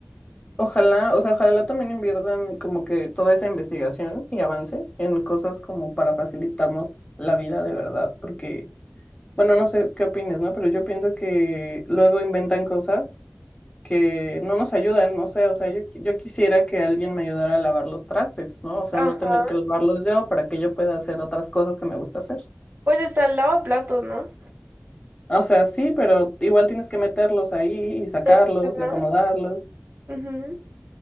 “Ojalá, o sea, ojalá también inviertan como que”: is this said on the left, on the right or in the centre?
Left